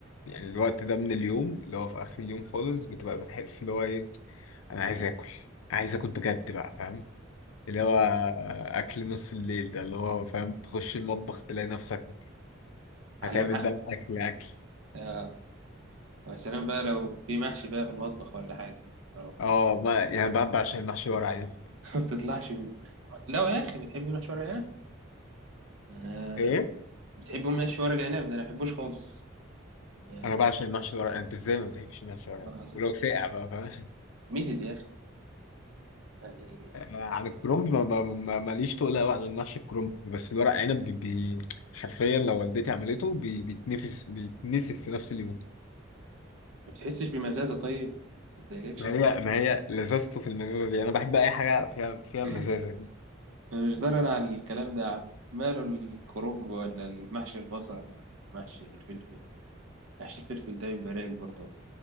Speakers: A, on the left (about 80°); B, on the right (about 80°).
A: يعني الوقت ده من اليوم اللي هو في اخر اليوم خالص بتبقى بتحس اللي هو ايه انا عايز اكل عايز اكل بجد بقى فاهم اللي هو آه، اكل نص الليل ده اللي هو فاهم تخش المطبخ تلاقي نفسك
B: على
A: هتعمل
B: المحل
A: بقى اكل اكل
B: اه ويا سلام بقى لو في محشي بقى في المطبخ ولا حاجه يا نهار أبيض.
A: اه ما يعني بقى بعشق المحشي ورق عنب
B: <laughs> ما بتطلعش من لا يا اخي بتحب المحشي ورق عنب؟ انا
A: ايه
B: بتحبوا محشي ورق عنب ده انا ما بحبوش خالص يا
A: انا بعشق المحشي ورق انت ازاي ما بتحبش المحشي ورق عنب
B: الله العظيم
A: ولو ساقع بقى فاهم
B: ميزز يا اخي يعني
A: آه، عن الكرنب ما ما- ما- ماليش تقل قوي عن المحشي الكرنب بس الورق عنب بي بي- حرفيا لو والدتي عملته بي بيتنفس بيتنسف في نفس اليوم
B: ما بتحسش بمزازه طيب ما بتضايقكش
A: ما
B: الحوار
A: هي ما هي لذته في المزازه دي انا بحب اي حاجه فيها فيها
B: <laughs>
A: مزازه دي
B: انا مش ضرر على الكلام ده يا عم ماله الكرنب ولا المحشي البصل ولا محشي الفلفل محشي الفلفل ده بيبقى رايق برضه والله.